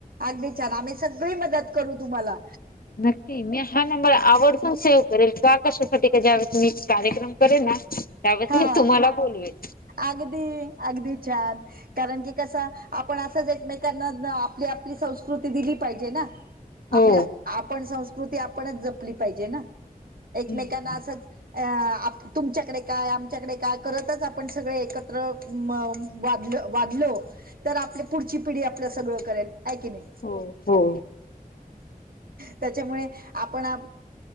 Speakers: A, on the right; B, on the left.
A: अगदी छान! आम्ही सगळी मदत करू तुम्हाला.
B: नक्की. मी हा नंबर आव- ह सेव करेल का काशासाठी का ज्या वेळेस मी कार्यक्रम करेल ना त्यावेळेस
A: हा.
B: मी तुम्हाला बोलवेल
A: अगदी अगदी छान! कारण की कसं आपण असंच एकमेकांना आपली आपली संस्कृती दिली पाहिजे ना. आपल्या
B: हो
A: आपण संस्कृती आपणच जपली पाहिजे ना
B: हम्म.
A: एकमेकांना असंच अ आप तुमच्याकडे काय आमच्याकडे काय करतच आपण सगळे एकत्र वा वाढलो. तर आपली पुढची पिढी आपलं सगळं करेल, आहे की नाही.
B: हो हो.
A: त्याच्यामुळे आपण आ